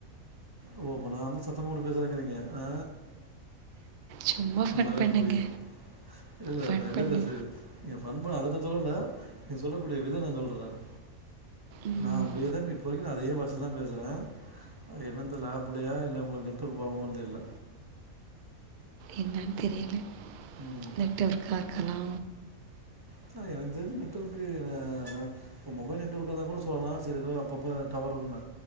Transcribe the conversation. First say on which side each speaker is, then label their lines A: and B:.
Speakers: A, on the right; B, on the right.
A: ஓ அப்ப நா வந்து சத்தம்போட்டு பேசுறேங்கிறீங்க ஆ
B: சும்மா ஃபன்
A: நல்லாவே
B: பண்ணேங்க
A: புரிய்து இல்ல
B: ஃபன்
A: நல்லது
B: பண்ணு
A: செய்றது எ பண்பு அதல தோணல நீ சொல்லக்கூடிய விதம் நா சொல்ற நானு
B: ம்,
A: நா எதமி பொய்கிது அதே வாய்ஸ்ல தா பேசுறே அது என்னன் இந்த ஆப்லயா இல்ல உங்ளுக் நெட்வொர்க் ப்ராப்ளமான் தெர்ல
B: என்னான் தெரியல
A: ம்
B: நெட்வொர்க்கா இர்க்கலா
A: ஆனா எனக் தெரிஞ் நெட்வொர்க்கு நா நா இப்ப மொபைல் நெட்ஒர்க் இருந்தா கூட சொல்லலா சரி எதோ அப்பப்ப டவர் இல்லனு